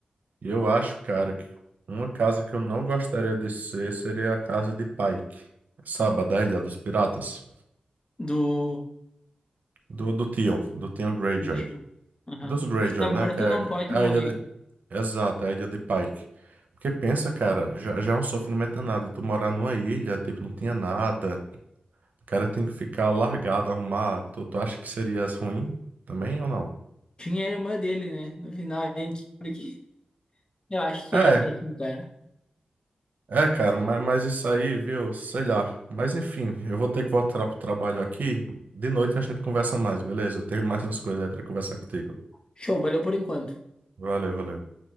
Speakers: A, on the right; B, on the left.
A: E eu acho, cara, que uma casa que eu não gostaria de ser seria a casa de Pike. Sabe, a da Ilha dos Piratas?
B: Do
A: Do, do Theon, do Theon Greyjoy.
B: Ritmo. Aham.
A: Dos Greyjoy,
B: Se tá morto,
A: né? Que é
B: não
A: que
B: pode
A: é
B: morrer.
A: a ilha de... Exato, é a ilha de Pike. Porque pensa, cara, já, já é um sofrimento danado. E tu morar numa ilha, tipo, não tinha nada. O cara tem que ficar largado ao mar. Tu, tu acha que seria ruim também ou não?
B: Tinha a irmã dele, né? No final, a gente. Porque eu acho que seria
A: é
B: péssimo, cara.
A: É, cara, mas, mas isso aí, viu? Sei lá. Mas enfim, eu vou ter que voltar pro trabalho aqui. De noite a gente conversa mais, beleza? Eu tenho mais umas coisas aí pra conversar contigo.
B: Show, valeu por enquanto.
A: Valeu, valeu.